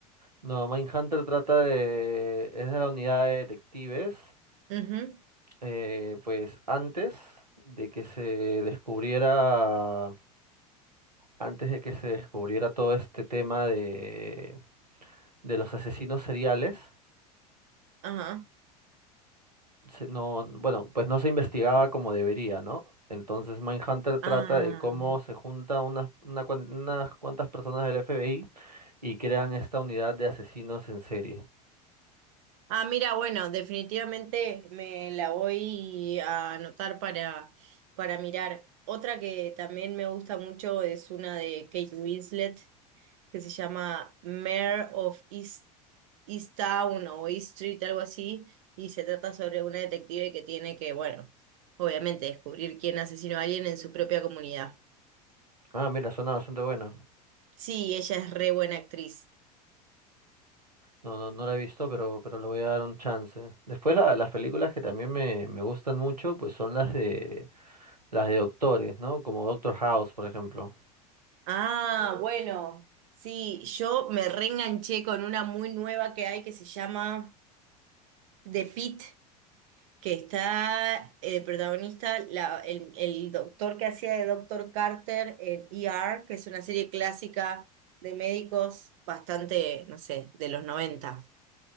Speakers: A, on the right (about 85°); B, on the right (about 55°).
A: No, Mindhunter trata de... es de la unidad de detectives.
B: Ujú,
A: eh, pues antes de que se descubriera, antes de que se descubriera todo este tema de, de los asesinos seriales,
B: Ajá.
A: se- no, bueno, pues no se investigaba como debería, ¿no? Entonces Mindhunter trata
B: Ah.
A: de cómo se junta unas, una cuan- unas cuantas personas del FBI y crean esta unidad de asesinos en serie.
B: Ah, mira, bueno, definitivamente me la voy a anotar para, para mirar. Otra que también me gusta mucho es una de Kate Winslet, que se llama Mare of East, East Town o East Street, algo así, y se trata sobre una detective que tiene que, bueno, obviamente descubrir quién asesinó a alguien en su propia comunidad.
A: Ah, mira, suena bastante buena.
B: Sí, ella es re buena actriz.
A: No, no, no la he visto, pero, pero le voy a dar un chance. Después la- las películas que también me, me gustan mucho, pues son las de las de doctores, ¿no? Como Doctor House, por ejemplo.
B: Ah, Mm. bueno, sí, yo me reenganché con una muy nueva que hay que se llama The Pitt, que está eh, protagonista, la- el, el doctor que hacía de Doctor Carter en E R., que es una serie clásica de médicos bastante, no sé, de los 90.